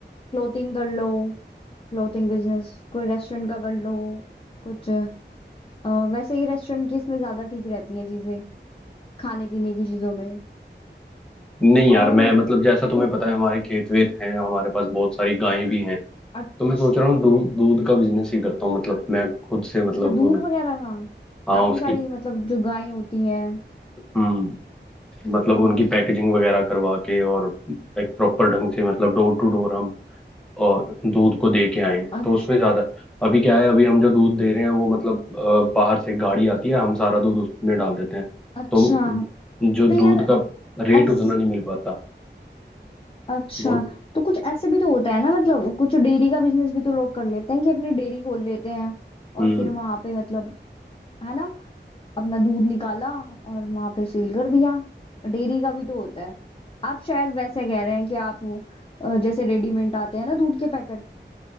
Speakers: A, on the left; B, in the centre.
A: क्लोथिंग कर लो क्लोथिंग बिजनेस कोई रेस्टोरेंट का कर लो कुछ अ, वैसे ही रेस्टोरेंट की इसमें ज्यादा ठीक रहती हैं चीजें खाने पीने की चीजों में
B: नहीं
A: और
B: यार मैं
A: अ,
B: मतलब जैसा तुम्हें
A: कोई
B: पता है हमारे खेत वेत हैं हमारे पास बहुत सारी गायें भी हैं
A: अच्छा
B: तो मैं सोच रहा हूँ दू, दूध का बिजनेस ही करता हूँ मतलब मैं खुद से मतलब
A: अच्छा दूध
B: उन
A: वगैरह का
B: हाँ
A: काफी
B: उसकी
A: सारी मतलब जो गायें होती हैं
B: हम्म मतलब
A: हाँ,
B: उनकी पैकेजिंग वगैरह करवा के और एक प्रॉपर ढंग से मतलब डोर टू डोर हम और दूध को दे के आए हैं
A: अच्छा
B: तो उसमें ज्यादा अभी क्या है अभी हम जो दूध दे रहे हैं वो मतलब अ, बाहर से गाड़ी आती है हम सारा दूध उसमें डाल देते हैं
A: अच्छा
B: तो जो
A: तो यार
B: दूध का रेट
A: ऐस
B: उतना नहीं मिल पाता
A: अच्छा
B: वो
A: तो कुछ ऐसे भी तो होता है ना मतलब कुछ डेयरी का बिजनेस भी तो लोग कर लेते हैं कि अपनी डेयरी खोल लेते हैं
B: हम्म
A: और फिर वहां पे मतलब है ना अपना दूध निकाला और वहां पे सेल कर दिया डेयरी का भी तो होता है आप शायद वैसे कह रहे हैं कि आप वो, अ, जैसे रेडीमेड आते हैं ना दूध के पैकेट